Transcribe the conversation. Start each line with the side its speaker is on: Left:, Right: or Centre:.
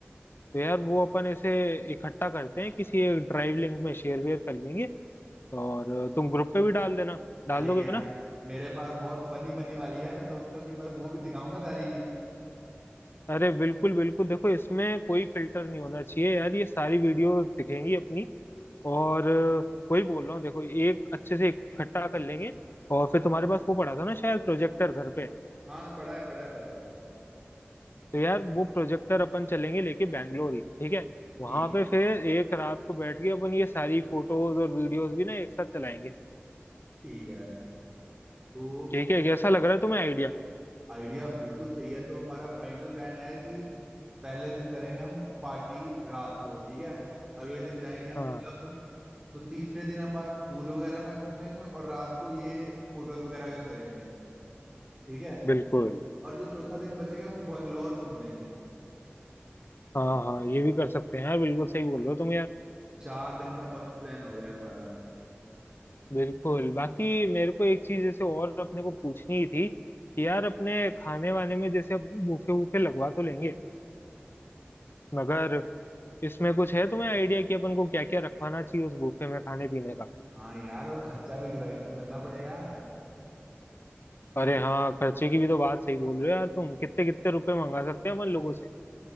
Left: तो यार वो अपन ऐसे इकट्ठा करते हैं किसी एक ड्राइव लिंक में शेयर वेयर कर लेंगे और तुम ग्रुप पे भी डाल देना डाल
Right: अरे
Left: दोगे
Right: यार
Left: ना
Right: मेरे पास बहुत फनी फनी वाली है मेरे दोस्तों की मैं वो भी दिखाऊंगा सारी
Left: अरे बिल्कुल बिल्कुल देखो इसमें कोई फिल्टर नहीं होना चाहिए यार ये सारी वीडियोस दिखेंगी अपनी और अ, वही बोल रहा हूँ देखो एक अच्छे से इकट्ठा कर लेंगे और फिर तुम्हारे पास वो पड़ा था ना शायद प्रोजेक्टर घर पे
Right: हाँ पढ़ा है पढ़ा है मेरे पास
Left: तो यार वो प्रोजेक्टर अपन चलेंगे लेके बैंगलोर ही ठीक है वहां
Right: ठीक है
Left: पे फिर एक रात को बैठ के अपन ये सारी फोटोज और वीडियोस भी ना एक साथ चलाएंगे
Right: ठीक है तो
Left: ठीक है कैसा लग रहा है तुम्हें आइडिया
Right: आइडिया बिल्कुल सही है तो हमारा फाइनल प्लान है कि पहले दिन करेंगे हम पार्टी रात को ठीक है अगले दिन जाएंगे हम
Left: हाँ
Right: क्लब तो तीसरे दिन हमारा पूल वगैरह में घूमेंगे और रात को ये फोटोज वगैरह का करेंगे ठीक है
Left: बिल्कुल
Right: और जो चौथा दिन बचेगा वो बैंगलोर घूम लेंगे
Left: हाँ हाँ ये भी कर सकते हैं यार बिल्कुल सही बोल रहे हो तुम यार
Right: चार दिन का मस्त प्लान हो गया है हमारा
Left: बिल्कुल बाकी मेरे को एक चीज जैसे और अपने को पूछनी ही थी कि यार अपने खाने वाने में जैसे अपन बूफे वूफे लगवा तो लेंगे मगर इसमें कुछ है तुम्हें आइडिया कि अपन को क्या क्या रखवाना चाहिए उस बुफे में खाने पीने का
Right: हाँ यार और खर्चा भी डिवाइड तो करना पड़ेगा
Left: अरे हाँ खर्चे की भी तो बात सही बोल रहे हो यार तुम कितने कितने रुपए मंगा सकते हैं अपन लोगों से